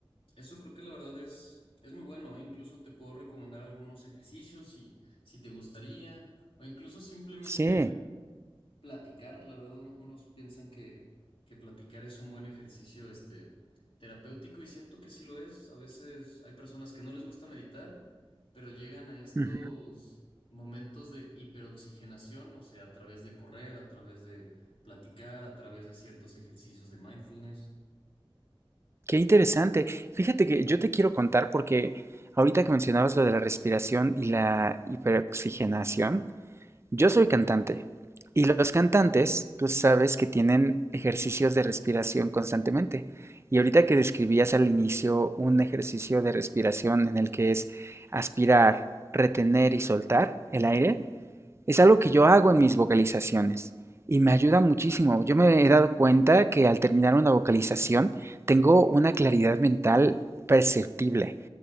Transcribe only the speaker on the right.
sí,
ujú.
Qué interesante. Fíjate que yo te quiero contar porque ahorita que mencionabas lo de la respiración y la hiperoxigenación, Yo soy cantante
y
los cantantes, tú sabes que tienen ejercicios de respiración constantemente. Y ahorita que describías al inicio un ejercicio de respiración en el que es aspirar, retener y soltar el aire, es algo que yo hago en mis vocalizaciones y me ayuda muchísimo. Yo me he dado cuenta que al terminar una vocalización tengo una claridad mental perceptible.